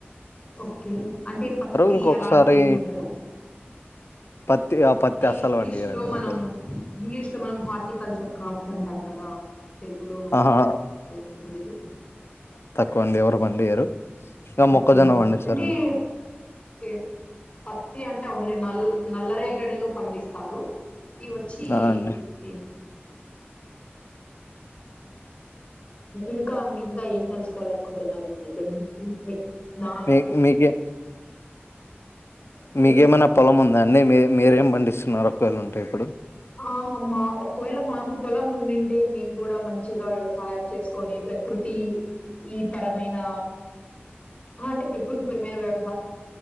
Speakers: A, on the left (about 25°); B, on the left (about 75°).
A: ఒకే అంటే పత్తి
B: ఇంకొకసారి
A: అలాంటివి ఏమి ఉండదా
B: పత్తి ఆ పత్తి
A: అంటే
B: అస్సలు
A: ఇంగ్లీష్‌లో
B: వండి యరండి మ
A: మనము ఇంగ్లీష్ తే మనం హార్ట్ ఆర్టీకల్చర్ క్రాప్స్ అంటాం కదా తెలుగులో
B: ఆహా
A: ఏమో తెలుదు
B: కండి ఎవరు పండియరు ఇక
A: ఓకే
B: మొక్కజొన్న
A: ఓకే
B: పండిస్తారండి
A: అంటే ఓకే పత్తి అంటే ఓన్లీ నల్ నల్లరేగడిలో పండిస్తారు ఇవొచ్చి
B: ఆ అండి
A: ఓకే ఇంకా అండి ఇం ఇంకా ఏం తెలుసుకోవాలనుకుటున్నారు నాది దగ్గర నుంచి నా
B: మీ మీకే
A: ఓకే.
B: మెకేమన్న పొలం వున్ అన్నీ మీ మీరేం పండిస్తున్నారు ఒకక్కవేళు ఉంటాయి ఇప్పుడు
A: ఆ మా ఒకవేళ మాకు పొలం ఉండింటే మేము కూడా మంచిగా వ్యవసాయం చేసుకొని ప్రకృతి ఈ పరమైన అంటే ప్రకృతి పరమైన వ్యవసాయం